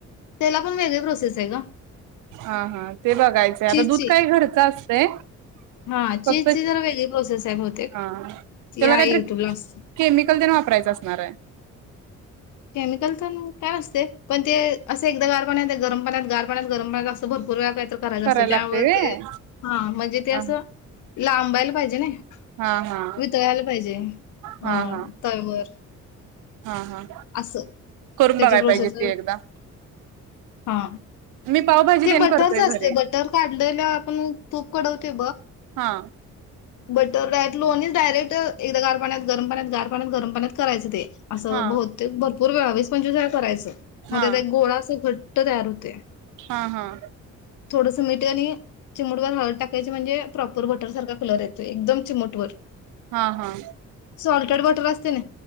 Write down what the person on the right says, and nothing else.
हा हा ते बघायचंय
आता दूध काय घरचं असत. ते
फक्त
हा
त्याला
काहीतरी
केमिकल देण वापरायचं असणार आहे.
करायला
लागतंय व्हय
हा
हा हा
हा हा
हा हा
करून
बघाय
पाहिजे ते एकदा
मी पावभाजी
तेन
करतोय घरी
हा
हा
हा
हा हा
हा हा